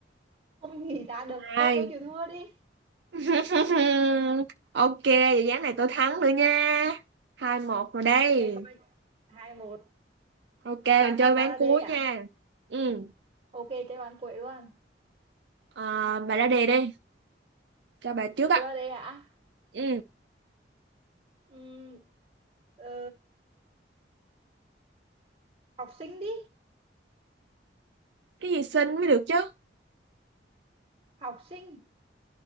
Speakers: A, on the right (about 30°); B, on the right (about 70°).
A: không <laughs> nghĩ ra được
B: hai,
A: thôi tôi chịu thua đi
B: <laughs> Ok, vậy ván này tôi thắng nữa nha. hai một rồi đây.
A: ok coi hai một
B: Ok, mình
A: ba
B: chơi
A: thằng
B: ván
A: ba là
B: cuối
A: D hả
B: nha. Ừ,
A: ok chơi bàn quậy luôn
B: à, bà ra đề đi. Cho bà trước á.
A: tôi là D hả
B: Ừ,
A: Ừm, ờ, học sinh đi
B: cái gì xinh mới được chứ.
A: học sinh